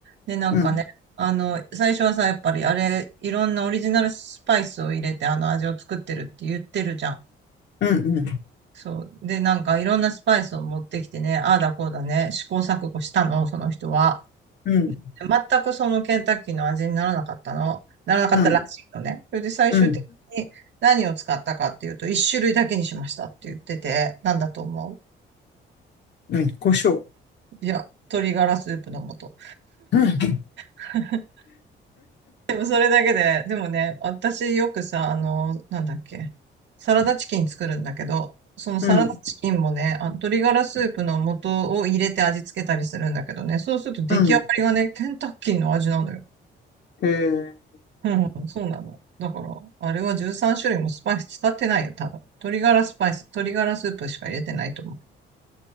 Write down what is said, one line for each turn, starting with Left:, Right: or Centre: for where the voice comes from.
Right: で、なんかね、
Left: うん、
Right: あの、最初はさ、やっぱりあれ、いろんなオリジナルスパイスを入れて、あの味を作ってるって言ってるじゃん。
Left: うん、うん、
Right: そう。で、なんかいろんなスパイスを持ってきてね、ああだこうだね、試行錯誤したの、その人は。
Left: うん、
Right: 全くそのケンタッキーの味にならなかったの、ならなかったらしいのね。
Left: うん、
Right: それで最終的に何を使ったかっていうと、
Left: うん、
Right: 一種類だけにしましたって言ってて、なんだと思う
Left: うん、胡椒。
Right: いや、鶏ガラスープの素。
Left: うん、
Right: <laughs> でもそれだけで、でもね、私よくさ、あの、なんだっけ、サラダチキン作るんだけど、そのサラダチキンもね、
Left: うん、
Right: あの鶏ガラスープの素を入れて味付けたりするんだけどね、そうすると出来上がりがね、
Left: うん。
Right: ケンタッキーの味なのよ。
Left: へえ。
Right: うん、そうなの。だから、あれは13種類もスパイス使ってないよ、多分。鶏ガラスパイス、鶏ガラスープしか入れてないと思